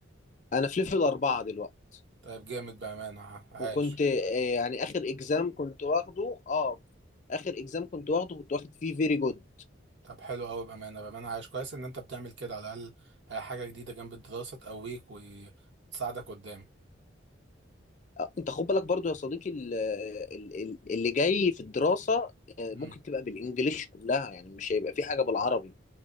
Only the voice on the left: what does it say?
أنا في ليفل أربعة دلوقتي
وكنت آه، يعني آخر إكزام كنت واخده أه آخر إكزام كنت واخده كنت واخد فيه فيري جود
أنت خد بالك برضو يا صديقي ال- ال- ال- اللي جاي في الدراسة آه، ممكن
تبقى بالإنجليش كلها يعني مش هيبقى في حاجة بالعربي